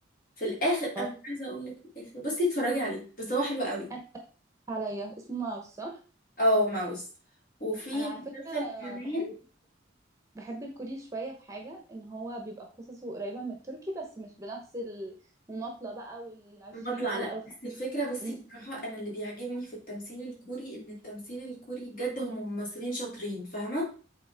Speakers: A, on the left; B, on the right.
A: في الاخر
B: اه
A: انا مش عايزه اقول لك في الاخر بصي اتفرجي عليه بس هو حلو قوي
B: انا آسف عليا اسمه ماوس صح
A: اه ماوس وفي
B: انا على
A: مسلسل
B: فكرة
A: كمان
B: بحب بحب الكوري شوية في حاجة ان هو بيبقى قصصه قريبة من التركي بس مش بنفس المماطلة بقى والعشرين
A: بطلع
B: حلقة
A: لا
B: والخم...
A: بس الفكره بصي
B: مم.
A: بصراحه انا اللي بيعجبني في التمثيل الكوري ان التمثيل الكوري بجد هم ممثلين شاطرين فاهمه